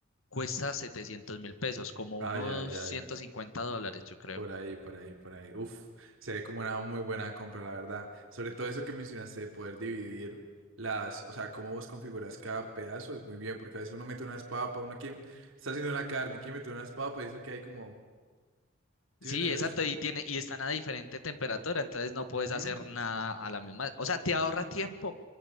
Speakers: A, on the left; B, on the right.
A: Cuesta setecientos mil pesos, como
B: Ay,
A: unos
B: ay, ay.
A: 150 dólares, yo creo.
B: Por ahí, por ahí, por ahí. Uf, se ve como una muy buena compra, la verdad. Sobre todo eso que mencionaste de poder dividir las, o sea, cómo vos configuras cada pedazo es muy bien, porque a veces uno mete unas papas, uno quiere, está haciendo una carne, quiere meter unas papas y eso que hay como, ¿sí
A: Sí,
B: me entendés?
A: exacto, y tiene, y están a diferente temperatura, entonces no puedes
B: Ujú.
A: hacer nada a la misma. O sea, te ahorra tiempo